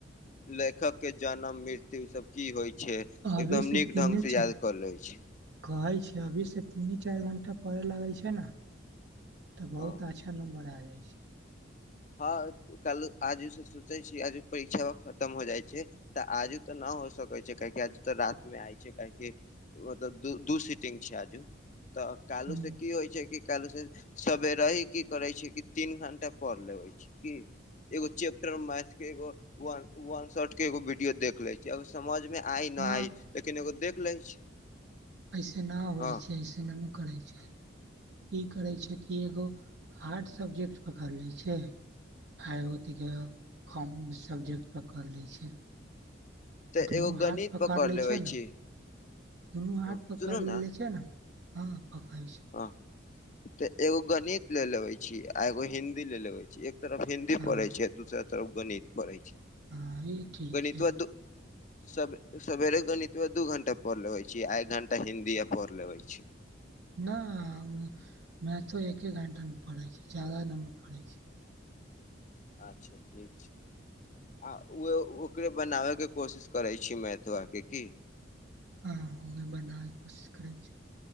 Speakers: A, on the left; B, on the right.
A: लेखक के जनम- मृत्य। इ सब की होइ छै
B: अभी
A: एकदम
B: से
A: नीक
B: तीने
A: ढंग से
B: छै
A: याद क लै छी।
B: कहै छै अभी से तीने चारि घण्टा पढ़ै लगैत छै ने त बहुत
A: हँ
B: अच्छा नंबर आयल अछि।
A: हँ कल आजु से सोचै छी, आजूक परीक्षा खतम हो जाइ छै। त आज त न हो सकै छै काहि आज त रात मे आइ छै काहे कि ओ त दू सीटिंग छै आजु त काल्हि
B: ह
A: से की होइ छै की काल्हि से सवेरे ही की करे छै कि तीन घंटा पढ़ लेबै छी कि, एगो चैप्टर मैथ के एगो व वन शॉट के एगो वीडियो देख ले छी। अगर समझमे आइ नै
B: न
A: आइ लेकिन एगो देख लै छी।
B: अइसे ना आबै
A: हँ
B: छै अइसे नहि ना करै छै। की करै छै कि एगो हार्ड सब्जेक्ट पकड़ि लै छै आ अथिके कम सब्जेक्ट पकरि लै छियै।
A: तऽ
B: दुनू
A: एगो
B: हाथ
A: गणित
B: पकड़ लै
A: लेबै
B: छै ने
A: छी
B: दुनू हाट
A: हँ
B: पकड़ि
A: सुनू
B: लेले छै ने हँ पकड़ै छै
A: हं, त एगो गणित ले लेबे छियै आ एगो हिन्दी ले लेबे छी एक तरफ हि कि
B: हँ
A: पढ़ै छै दूसरा तरफ गणित पढ़ै छै
B: हँ ई ठीक
A: गणितबा
B: छै
A: त सब सबेरे गणितबा दू घंटा पढ़ लेबे छै आ एक घंटा हिन्दी आ पढ़ लेवे छी
B: न मैथो एके घण्टामे पढ़े छी जादा न पढ़ै छी
A: अच्छा ठीक छै आ ओ ओकरे बनाबे के कोशिश करै छी मैथबाके की
B: हँ ओही के बनाबैके कोशिश करै छियै